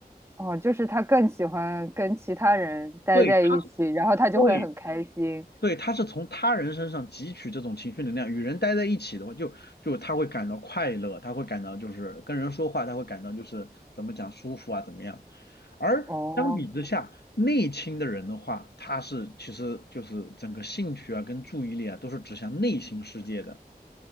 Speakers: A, on the right; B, on the left.
A: 哦，就是他更喜欢跟其他人待在一起，
B: 对，他是
A: 然后他就会很开心。
B: 对对，他是从他人身上汲取这种情绪能量。与人待在一起的话，就就他会感到快乐，他会感到就是跟人说话，他会感到就是怎么讲舒服啊，怎么样。而相比之下，
A: 哦，
B: 内倾的人的话，他是其实就是整个兴趣啊跟注意力啊都是指向内心世界的，